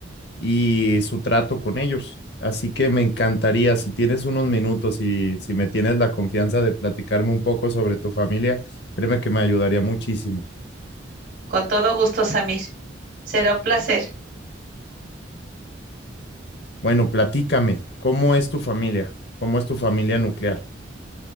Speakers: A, on the left (about 60°); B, on the right (about 55°).
A: y su trato con ellos. Así que me encantaría, si tienes unos minutos y si me tienes la confianza de platicarme un poco sobre tu familia, créeme que me ayudaría muchísimo.
B: Con todo gusto, Samir. Será un placer.
A: Bueno, platícame, ¿cómo es tu familia? ¿Cómo es tu familia nuclear?